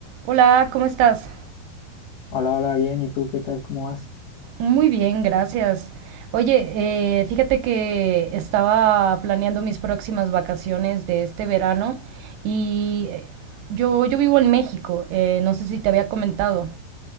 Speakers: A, on the right; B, on the left.
A: Hola, ¿cómo estás?
B: Hola, hola, bien. ¿Y tú qué tal? ¿Cómo vas?
A: Muy bien, gracias. Oye, eh, fíjate que estaba planeando mis próximas vacaciones de este verano y eh, yo, yo vivo en México, eh, no sé si te había comentado,